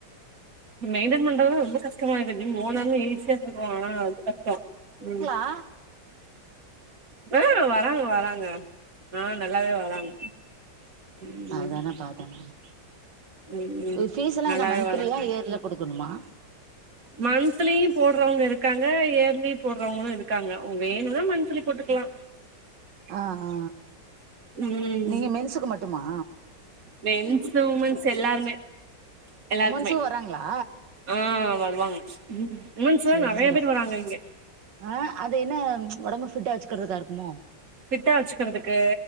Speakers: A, on the right; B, on the right.
A: மெயின்டென் பண்றதுதா ரொம்ப கஷ்டமாருக்கு நீ போனாலு ஈஸியா சொல்லுவாங்க ஆனா அது கஷ்ட ம்
B: ஆ
A: ஆ வராங்க வராங்க ஆ நல்லாவே வராங்க ம்
B: ஆதான பாத்தே நானு
A: ம் ம்
B: ஃபீஸ் எல்லா
A: நல்லாவே
B: என்ன மந்த்திலியா
A: வராங்க
B: இயர்ல குடுக்கணுமா
A: மந்த்லியு போடுறவங்க இருக்காங்க ஏர்லி போடுறவங்களு இருக்காங்க வேணும்னா மந்த்லி போட்டுக்கலா <inaudible>
B: ஆ ஆ
A: ம்
B: நீங்க மென்ஸ்சுக்கு மட்டுமா
A: மென்ஸ்சு உமென்ஸ் எல்லாருமே எல்லாருக்குமே
B: உமன்ஸ்சு வராங்களா
A: ஆ வருவாங்க உமென்ஸ் தா
B: சேரி
A: நெறைய
B: சேரி
A: பேர்
B: அப்
A: வராங்க இங்க
B: ஆ அது என்ன ஒடம்பு பிட்டா வச்சுக்கறதுக்கா இருக்குமோ
A: பிட்டா வச்சுக்கிறதுக்கு